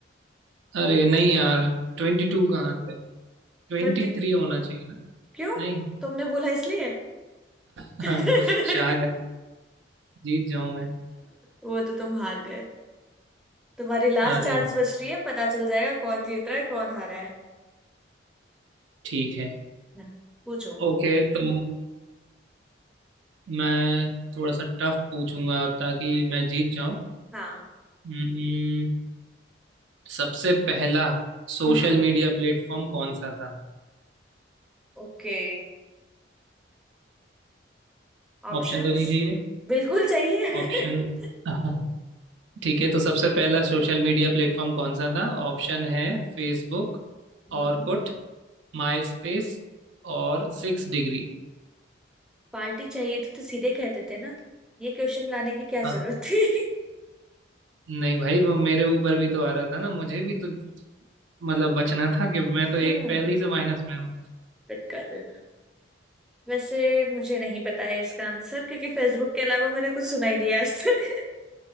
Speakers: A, on the right (about 75°); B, in the centre.
A: अरे नहीं यार ट्वेंटी टू कहाँ से ट्वेंटी
B: ट्वेंटी <laughs>
A: थ्री होना चाहिए ना
B: क्यों
A: नहीं
B: तुमने बोला इसलिए
A: <laughs>
B: <laughs>
A: शायद जीत जाऊं मैं
B: वो तो तुम हार गए तुम्हारी लास्ट
A: अरे
B: चांस बच रही है पता चल जाएगा कौन जीत रहा है कौन हारा है
A: ठीक है
B: हम्म, पूछो
A: ओके तो मैं थोड़ा सा टफ पूछूंगा अब ताकि मैं जीत जाऊं
B: हाँ
A: हम्म, सबसे पहला सोशल
B: हम्म
A: मीडिया प्लेटफॉर्म कौन सा था
B: ओके ऑप्शंस
A: ऑप्शन तो नहीं चाहिए
B: बिल्कुल चाहिए
A: ऑप्शन
B: <laughs>
A: <laughs> ठीक है तो सबसे पहला सोशल मीडिया प्लेटफॉर्म कौन सा था ऑप्शन है फेसबुक
B: हम्म
A: ऑरकुट माई स्पेस और सिक्स डिग्री
B: पार्टी चाहिए तो, तो सीधे कह देते ना ये क्वेश्चन लाने की क्या
A: हाँ
B: जरूरत थी
A: नहीं भाई वो मेरे ऊपर भी तो आ रहा था ना मुझे भी तो मतलब बचना था कि मैं
B: <laughs>
A: तो एक
B: हम्म
A: पहले ही से माइनस में हूँ
B: बिल्कुल वैसे मुझे नहीं पता है इसका आंसर क्योंकि फेसबुक के अलावा मैंने कुछ सुना ही नहीं है आज तक